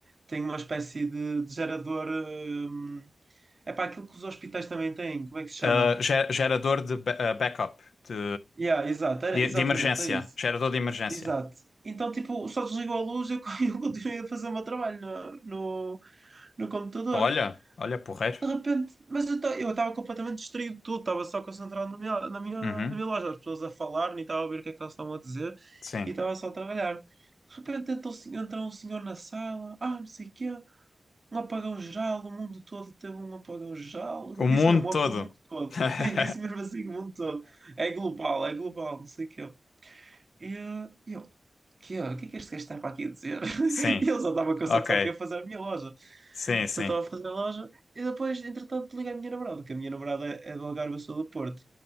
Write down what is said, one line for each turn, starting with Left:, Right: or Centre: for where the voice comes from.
Right: tem uma espécie de, de gerador. eh, é para aquilo que os hospitais também têm, como é que se chama?
Left: Ah, ge- gerador de ba- ah, backup, de,
Right: Yeah, exato, era,
Left: de,
Right: exatamente,
Left: de emergência.
Right: é isso.
Left: Gerador de emergência.
Right: Exato. Então, tipo, só desligou a luz e eu <laughs> eu continuei a fazer o meu trabalho no, no, no computador.
Left: Olha, olha, porreiro.
Right: De repente, mas eu ta- eu estava completamente distraído de tudo, estava só concentrado na minha, na minha,
Left: Uhum.
Right: na minha loja, as pessoas a falar, nem estava a ouvir o que é que elas estavam a dizer
Left: Sim.
Right: e estava só a trabalhar. De repente entra, um sen- entra um senhor na sala, ah, não sei o quê, um apagão geral, o mundo todo teve um apagão geral.
Left: O
Right: Eu
Left: mundo
Right: Disse mesmo,
Left: todo.
Right: o mundo todo.
Left: <laughs>
Right: <laughs> Sim, disse mesmo assim, o mundo todo. É global, é global, não sei o quê. E eu, que, olha, o que é que este gajo está para aqui a dizer? <laughs>
Left: Sim.
Right: E ele só estava cansado,
Left: Ok.
Right: só queria fazer a minha loja.
Left: Sim, sim.
Right: Só estava a fazer a loja. E depois, entretanto, liga a minha namorada, que a minha namorada é é do Algarve, eu sou do Porto.